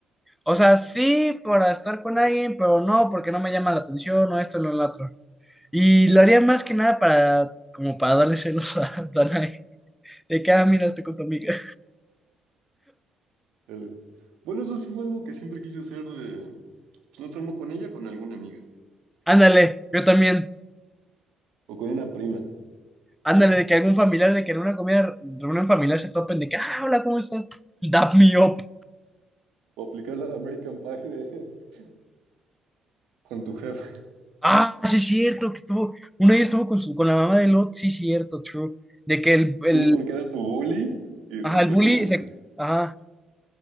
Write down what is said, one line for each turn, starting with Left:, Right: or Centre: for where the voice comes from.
Centre: O sea, sí para estar con alguien, pero no porque no me llama la atención o esto o lo otro. Y lo haría más que nada para, como para darle celos a Danae. De que, ah, mira, estoy con tu amiga.
Right: dale. Bueno, eso sí fue algo que siempre quise hacer de, pues no estar mo- con ella, con alguna amiga.
Centre: Ándale, yo también.
Right: o con una prima,
Centre: Ándale, de que algún familiar, de que en una comida, reunión familiar se topen, de que, ah, hola, ¿cómo estás? Dap me up.
Right: o aplicar la de American Pie de, <laughs> con tu jefa.
Centre: Ah, sí es cierto, que estuvo, uno de ellos estuvo con, su, con la mamá de Lot, sí es cierto, true. De que el, el,
Right: Sí, porque era su bully y
Centre: ajá,
Right: se echó
Centre: el bully,
Right: su mamá.
Centre: se- ajá,